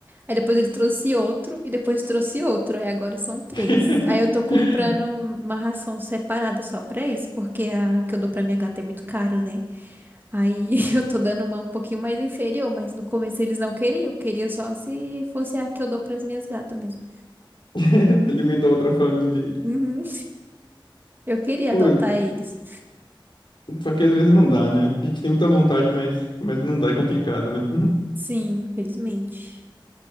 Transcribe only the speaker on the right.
Aí depois ele trouxe outro e depois trouxe outro. Aí agora são três.
Aí eu tô comprando uma ração separada só pra eles, porque a que eu dou pra minha gata é muito caro, né? Aí <laughs> eu tô dando uma um pouquinho mais inferior, mas no começo eles não queriam. Queria só se fosse a que eu dou pras minhas gatas mesmo.
Uhum. Eu queria
adotar eles.
Sim, felizmente.